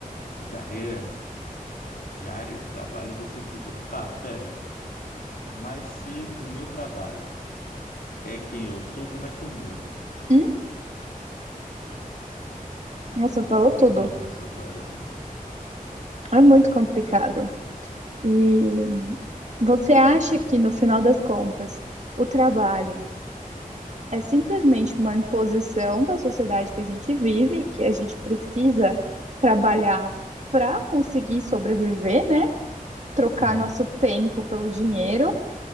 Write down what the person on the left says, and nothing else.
de carreira, de área de trabalho, você fica, tá, pera, Mas se o meu trabalho é quem eu sou, como é que eu mudo?
Fica
complicado
nessas horas, né?
Uhum.